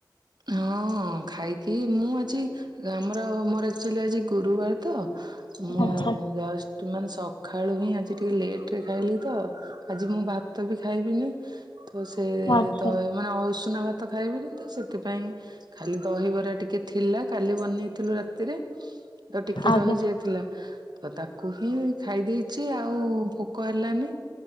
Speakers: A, on the right; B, on the left.
A: ହଁ ଖାଇକି ମୁଁ ଆଜି ଆମର ମୋର ଆକ୍ଚୋଲି ଆଜି ଗୁରୁବାର ତ ମୁଁ
B: ଆଚ୍ଛା
A: ଜଷ୍ଟ ମାନେ ସକାଳୁ ହିଁ ଆଜି ଟିକେ ଲେଟ ରେ ଖାଇଲି ତ ଆଜି ମୁଁ ଭାତ ବି ଖାଇବିନି। ତ ସେ
B: ଆଚ୍ଛା।
A: ଦ ମାନେ ଅସୁନା ଭାତ ଖାଇବିନି ତ ସେ ସେଥିପାଇଁ ଖାଲି ଦହିବରା ଟିକେ ଥିଲା କାଲି ବନେଇଥିଲୁ ରାତିରେ ତ ଟିକେ
B: ଆଜ୍ଞା
A: ରହିଯାଇଥିଲା। ତ ତାକୁ ହିଁ ଖାଇ ଦେଇେଇଛି ଆଉ ଭୋକ ହେଲାନି।